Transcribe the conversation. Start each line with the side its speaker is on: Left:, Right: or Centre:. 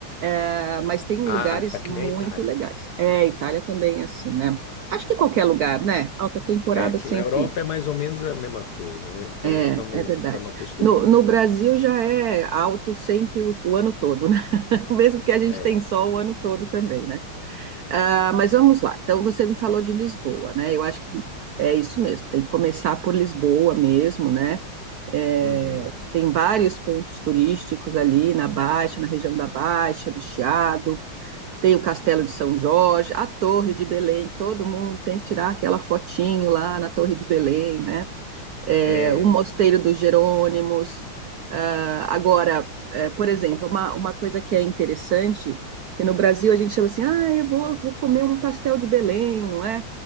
Right: Ah, mas tem lugares
Left: Ah, tá que
Right: muito
Left: nem a Itália.
Right: legais. É, Itália também é assim, né? Acho que qualquer lugar, né? Alta temporada
Left: É, aqui
Right: sempre.
Left: na Europa é mais ou menos a mesma coisa, né? Então
Right: É,
Left: estamos
Right: é verdade.
Left: estamos acostumados.
Right: No, no Brasil já é alto sempre o o ano todo. mesmo que a gente
Left: É.
Right: tem sol o ano todo também, né? Ah, mas vamos lá. Então, você me falou de Lisboa, né? Eu acho que é isso mesmo, tem que começar por Lisboa mesmo, né? É,
Left: Uhum.
Right: tem vários pontos turísticos ali na Baixa, na região da Baixa, do Chiado. Tem o Castelo de São Jorge, a Torre de Belém, que todo mundo tem que tirar aquela fotinho lá na Torre de Belém, né? é,
Left: É.
Right: o Mosteiro dos Jerônimos. Ah, agora, é, por exemplo, uma, uma coisa que é interessante, que no Brasil a gente chama assim, ah, eu vou, vou comer um pastel de Belém, não é?